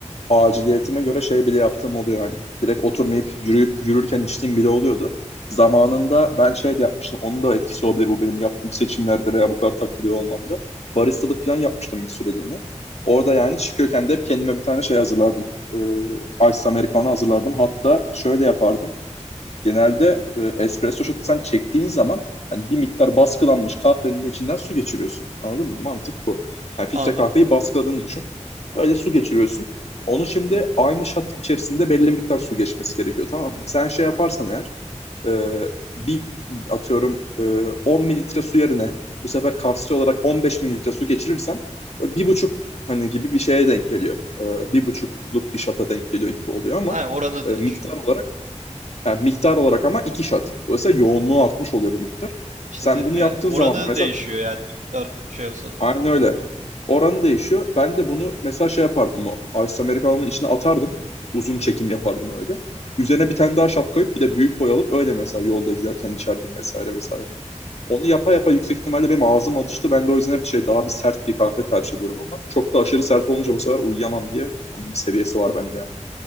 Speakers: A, on the left; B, on the right.
A: aciliyetime göre şey bile yaptığım oluyor yani. Direkt oturmayıp yürüyüp yürürken içtiğim bile oluyordu. Zamanında ben şey de yapmıştım. Onun da etkisi olabilir bu benim yaptığım seçimlerde veya bu kadar takılıyor olmamda. Baristalık falan yapmıştım bir süreliğine. Orada yani çıkıyorken de hep kendime bir tane şey hazırlardım. Ee, Ice Americano hazırlardım. Hatta şöyle yapardım. Genelde e, espresso shot'u sen çektiğin zaman hani bir miktar baskılanmış kahvenin de içinden su geçiriyorsun. Anladın mı? Mantık bu. Yani filtre
B: Anladım.
A: kahveyi baskıladığını düşün. Öyle su geçiriyorsun. Onu şimdi aynı shot içerisinde belli miktar su geçmesi gerekiyor tamam mı? Sen şey yaparsan eğer e, bir atıyorum e, 10 mililitre su yerine bu sefer kapsül olarak 15 mililitre su geçirirsen e, bir buçuk hani gibi bir şeye denk geliyor. E, bir buçukluk bir şata denk geliyor gibi oluyor ama
B: Aynen oranı
A: e,
B: değişiyor.
A: miktar olarak yani miktar olarak ama iki shot. Dolayısıyla yoğunluğu artmış oluyor bir miktar.
B: İşte
A: Sen
B: dedim
A: bunu
B: ya
A: yaptığın
B: oranı
A: zaman da mesela
B: değişiyor yani miktar şey olsa da.
A: aynı öyle. Oranı değişiyor. Ben de bunu mesela şey yapardım o. Ice Americano'nun içine atardım. Uzun çekim yapardım öyle. Üzerine bir tane daha shot koyup bir de büyük boy alıp öyle mesela yolda giderken içerdim vesaire vesaire. Onu yapa yapa yüksek ihtimalle benim ağzım alıştı. Ben de o yüzden hep şey daha bir sert bir kahve tercih ediyorum ama çok da aşırı sert olunca bu sefer uyuyamam diye onun bir seviyesi var bende yani.